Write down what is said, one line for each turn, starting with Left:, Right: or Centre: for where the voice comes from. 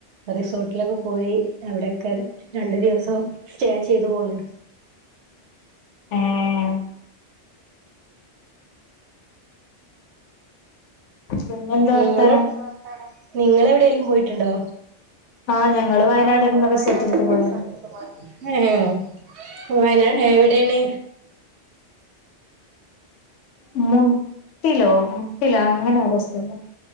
Right: റിസോർട്ടിലൊക്കെ പോയി എവിടൊക്കെ രണ്ടു ദിവസം സ്റ്റേ ചെയ്തു പോന്നു
Left: ഏഹ് പിന്നെന്താ വർത്താനം
Right: നിങ്ങള് നിങ്ങളെ ടേലും പോയിട്ടുണ്ടോ
Left: ആഹ് ഞങ്ങള് വയനാട്ന്നെ
Right: ആ ഞങ്ങള്
Left: റിസോർട്ട്
Right: വയനാടൊക്കെ
Left: എടുത്ത് പോയ
Right: റിസോർട്ട് എടുത്ത് പോയാര്ന്ന് ഏഹ് ഉം വയനാട് എവിടേണ്
Left: <unintelligible> മുട്ടിലോ മുട്ടിലോ അങ്ങനേതോ സ്ഥലം